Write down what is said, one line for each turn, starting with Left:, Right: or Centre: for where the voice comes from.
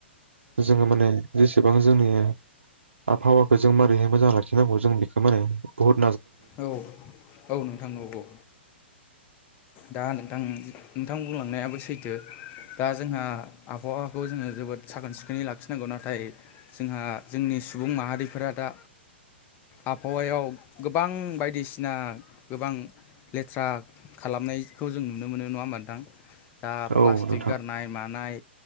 Right: जोङो माने जेसेबां जोंनि आबहावाखौ जों मारैहाय मोजां लाखिनांगौ जों बेखौ माने बहुत
Left: औ औ नोंथां औ औ दा नोंथां नोंथां बुंलांनायाबो सैथो दा जोंहा आबहावाखौ जोङो जोबोद साखोन सिखोनै लाखिनांगौ नाथाय जोंहा जोंनि सुबुं माहारिफोरा दा आबहावायाव गोब बां बायदिसिना गोबां लेथ्रा खालामनायखौ जों नुनो मोनो नुवा होनबा नोंथां दा
Right: औ
Left: प्लासटिक
Right: नोंथां
Left: गारनाय मानाय